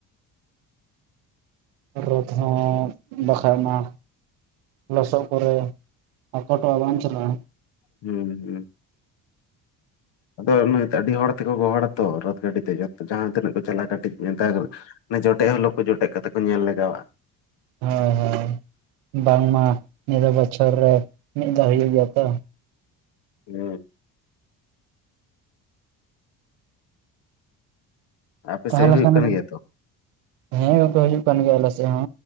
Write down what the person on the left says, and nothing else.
ᱦᱩᱸ ᱦᱩᱸ᱾ ᱟᱫᱚ ᱱᱚ ᱟᱹᱰᱤ ᱦᱚᱲ ᱛᱮᱠᱚ ᱜᱚᱦᱚᱲ ᱟᱛᱚ ᱨᱳᱛ ᱜᱟᱹᱰᱤ ᱛᱮ ᱡᱟᱦᱟᱸ ᱛᱤᱱᱟᱹᱜ ᱠᱚ ᱪᱟᱞᱟᱜᱼᱟ ᱠᱟᱹᱴᱤᱡ ᱢᱮ ᱡᱚᱴᱮᱫ ᱦᱚᱸ ᱞᱟᱹᱠᱩ ᱡᱚᱴᱮᱫ ᱠᱟᱛᱮ ᱠᱚ ᱧᱮᱞ ᱞᱟᱜᱟᱣᱟᱜ-ᱟ᱾
ᱦᱮᱸ᱾ ᱟᱯᱮ
ᱥᱮᱫ ᱦᱩᱭᱩᱜ
ᱠᱟᱱ ᱜᱮᱭᱟ ᱛᱚ